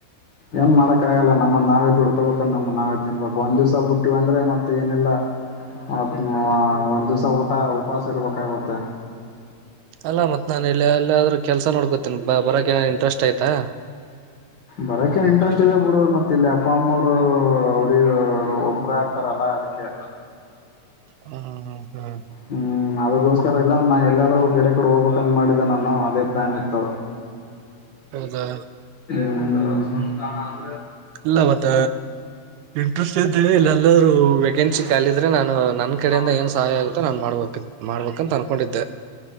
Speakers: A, on the left; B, on the right.
A: ಏನ್ ಮಾಡಕ ಆಗಲ್ಲ ನಮ್ಮನ್ ನಾವೇ ದುಡು ಬೇಕ ನಮ್ಮ ನಾವ ತಿನ್ಬೇಕು ಒಂದ ದಿವಸ ಬಿುಟ್ಟಿವ ಅಂದ್ರೆ ಮತ್ತೆ ಏನಿಲ್ಲ ಮ ಒಂದ್ ದಿವ್ಸ ಊಟ ಉಪಾಸ ಸರ್ಬೇಕಾಗುತ್ತೆ
B: ಅಲ್ಲ ಮತ್ ನಾನನ್ ಹೇಳಿ ಅಲ್ಲಿಾದ್ರೂ ಕೆಲ್ಸ ನೋಡ್ಬೇಕೊತ್ತ ಬರಕ ಇಂಟ್ರೆಸ್ಟ್ ಆಯ್ತಾ
A: ಬರಕೇನ್ ಇಂಟ್ರೆಸ್ಟ್ ಇ ಬಿಡು ಮತ್ತೆ ಇಲ್ಲಿ ಅಪ್ಪ ಅಮ್ಮವರು ಅವ್ರಗ ಒಬ್ಬರ ಆಕ್ತಾರಲ್ಲ ಅದಕ್ಕೆ
B: ಹ್ಮ ಹ್ಮ್
A: ಹ್ಮ್ ಅದಕ್ಕೋಸ್ಕರ ಇಲ್ಲ ನಾ ಎಲ್ಲಾದ್ೂ ಬೇರೆ ಕಡೆ ಹೋಗ್ಬೇಕ ಅ ಮಾಡಿದ್ದೆ ನಾನು ಅದೇ ಪ್ಲಾನ್ ಇತ್ತು
B: ಹೌದಾ
A: ಹ
B: ಇಲ್ಲವತ್ತ ಇಂಟ್ರೆಸ್ಟ್ ಇದ್ದ ಇಲ್ಲ ಎಲ್ಲರೂ ವೇಕೆನ್ಸಿ ಖಾಲಿ ಅ್ರೆ ನಾನು ನನ್ ಕಡೆಯಿಂದ
A: ಹ
B: ಏನ್ ಸಹಾಯ ಆಗುತ್ತೋ ನಾನ್ ಮಾಡ್ಬೇಕ ಮಾಡ್ಬೇಕಂತ ಅನ್ಕೊಂಡಿದ್ದೆ